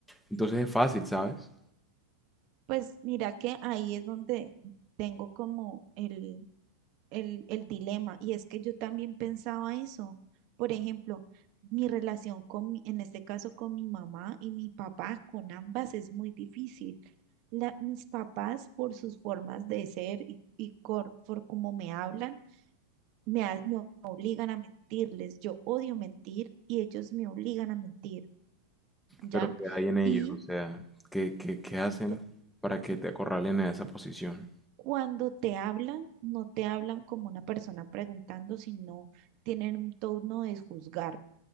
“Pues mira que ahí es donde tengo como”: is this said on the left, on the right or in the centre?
Right